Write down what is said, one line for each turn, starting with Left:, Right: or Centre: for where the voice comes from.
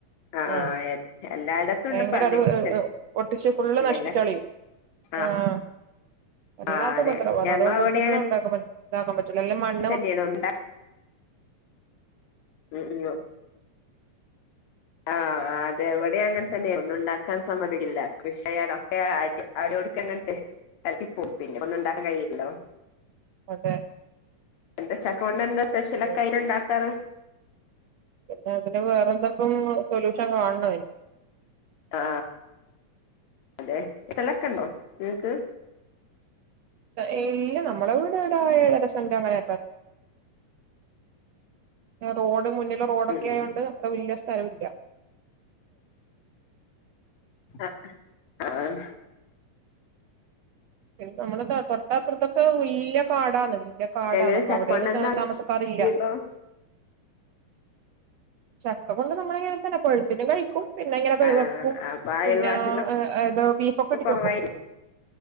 Left: ആ
Right: ഉം
Left: ആ എല്ലായിടത്തും
Right: ഭയങ്കര
Left: ഉണ്ട് പന്നി
Right: അത്
Left: കൃഷി
Right: ഏ ഒട്ടിച്ച് ഫുള്ള്
Left: ഇല്ലല്ലേ
Right: നശിപ്പിച്ച് കളയും
Left: ആ
Right: ആഹ് വല്ലാത്തുപദ്രവാന്ന്
Left: ആ അതെ ഞങ്ങളവിടെ
Right: അതുകൊണ്ടൊന്നും ഉണ്ടാക്ക ഇതാക്കാൻ പറ്റു റ്റൂല ഇല്ലേ മൺ
Left: തന്നെണോ ഒണ്ടാ ഉം ഉം ആഹ് അത് എവിടെ അങ്ങനെ തന്നെ ഒന്നും ഉണ്ടാക്കാൻ സമ്മതിക്കില്ല കൃഷി ചെയ്യാനൊക്കെ അട അ <unintelligible> ടടി ങ്ങട്ട് എള <unintelligible> ക്കി പ്പോം പിന്നെ ഒന്നും ഇ ണ്ടാക്കാൻ കയില്ലല്ലോ
Right: അതെ
Left: എന്താ ചക്ക കൊണ്ട് എന്താ സ്പെഷ്യലൊക്കെയി
Right: അതെ
Left: ഉണ്ടാക്കാറ്?
Right: പിന്നെ അതിന് വേറെ എഎന്തൊക്കെയോ സൊല്യൂഷൻ കാണണം അയിന്-
Left: ആ അതെ ഇതള <unintelligible> ക്കണ്ടോ നിങ്ങക്ക്?
Right: ഇല്ല നമ്മളെ വീടവിടെ ഏഴരസെന്റ് അങ്ങനെ റോഡ് മുന്ന്ല് റോഡൊക്കെയോണ്ട്
Left: ഉം ഉം
Right: അത്ര വല്ല്യ സ്ഥലം വില്ല
Left: <unintelligible> ആഹ്
Right: പിന്നെ നമ്മടെ തോട്ടം ഇപ്പൊ അപ്പുറത്തൊക്കെ വല്ല്യകാടാന്ന് വലിയകാടാണ്
Left: എങ്ങനെ
Right: അപ്പ
Left: ചക്കോണ്ട്
Right: അവിടെയൊന്നും
Left: എന്താ
Right: കേറി താമസക്കാറില്ല താമസ്സക്കാരില്ല
Left: വിഭവം
Right: ചക്കകൊണ്ട് നമ്മള് ഇങ്ങനെ തന്നെ പഴുത്തിട്ടും കഴിക്കും. പിന്നെങ്ങനെ വെ
Left: ആ
Right: വെപ്പും
Left: അപ്പൊ അയൽവാസികളൊക്കെ
Right: പിന്നെ ഏതോ ബീഫൊക്കെ ഇട്ടിട്ട്
Left: കൊറവായി
Right: വെക്കും